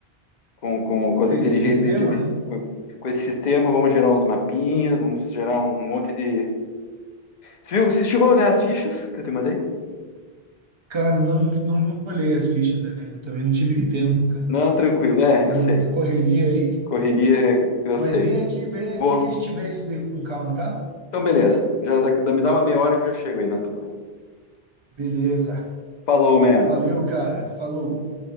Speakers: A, on the left; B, on the right.
A: com, com, com as
B: Porque
A: inteligências,
B: esse sistema,
A: artifici- com, com esse sistema, vamos gerar uns mapinhas, vamos gerar um monte de... Você viu, você chegou a olhar as fichas que eu te mandei?
B: cara, não, não olhei as fichas ainda também, não tive tempo, cara.
A: Não, tranquilo, é,
B: Mu-
A: eu sei.
B: Correria aí.
A: Correria, eu
B: Mas
A: sei.
B: vem aqui, vem aqui
A: Bom,
B: que a gente vê isso daí com calma, tá?
A: então beleza. Já daqui, me dá uma meia hora que eu já chego aí na tua.
B: Beleza.
A: Falou, man.
B: Valeu, cara. Falou.